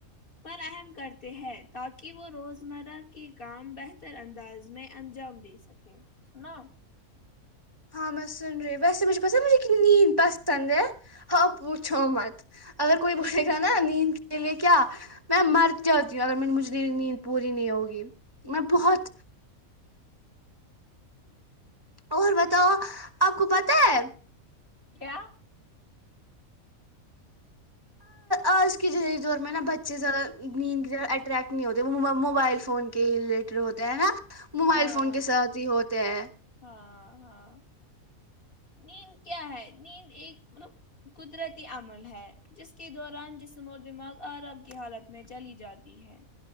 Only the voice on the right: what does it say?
ہاں میں سن رہی ہ ویسے مجھے پسند مجھےنی نیند پسند ہے ہاں پوچھو
مت اگر کوئی بولے
گا
نا نیند لیے کیا میں مرت جاتی ہوں ا مجھ میری نیند پوری نہیں ہوگی میں بہت اور بتاؤ آپ کو پتا ہے
آج کے دور میں نا بچے زیادہ نیندہ اٹریکٹ نہیں ہوتے وہ موبائل فون کے ریلیٹڈ ہوتے ہیں نا موبائل
فون کے ساتھ ہی ہوتے ہیں